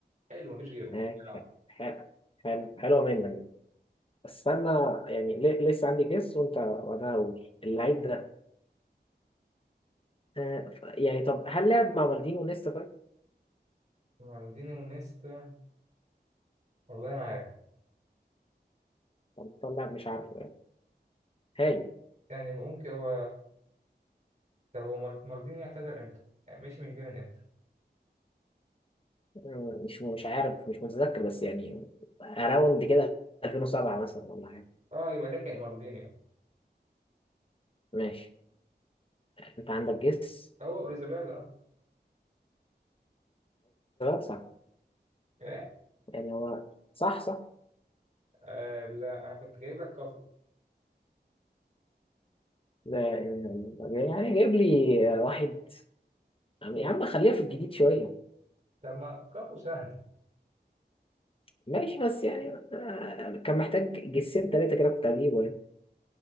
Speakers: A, on the right (about 45°); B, on the left (about 30°).
A: حلو مفيش غيره
B: ماشي
A: يلعب
B: حلو حلو حلو حلوة منك دي بس استنى يعني ليه- لسه عندي جيس وانت بعدها اقول اللعيب ده آه، ف- يعني طب هل لعب مع مالديني ونيستا طيب؟
A: مالديني ونيستا والله ما عارف
B: طب طلع لاعب مش عارفه يعني هاي
A: يعني ممكن هو طب هو مال- مالديني اعتزل امتى؟ يعني مشي من ميلان امتى؟
B: آه، مش مش عارف مش متذكر بس يعني اراوند كده 2007 مثلا ولا حاجة
A: اه يبقى لحق مالديني اه
B: ماشي انت عندك جيس
A: هو اوريزابيلا اه
B: صح
A: ايه؟
B: يعني هو صح صح
A: آه لا انا كنت جايب لك كافو
B: لا إله إلا الله يعني جايب لي آه، واحد يا عم خليها في الجديد شوية
A: طب ما كافو سهل
B: ماشي بس يعني آه، كان محتاج جسين تلاتة كده كنت هجيبه يعني